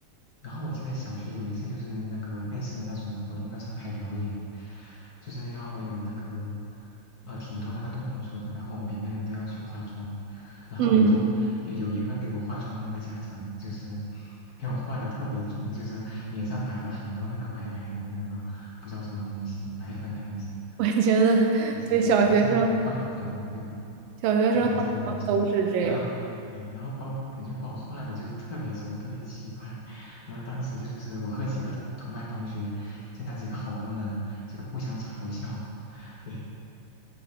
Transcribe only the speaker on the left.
然后我记得小学有一次就是那个类似的那种活动要上台表演，就是要有那个呃挺多那个动作的，然后我们每个人都要去化妆，然后我就有有一个给我化妆的那个家长就是
给我化的特别重，就是脸上打了很多那个白白的那个不知道什么东西，白粉还是啥，
就是白色的那种化妆粉嘛，对吧？
对，打在我脸上，<laughs> 然后对，然后把我感觉把我画的就是特别丑，特别奇怪。然后当时就是我和几个同同班同学，就那几个好哥们就互相嘲笑，<laughs> 对，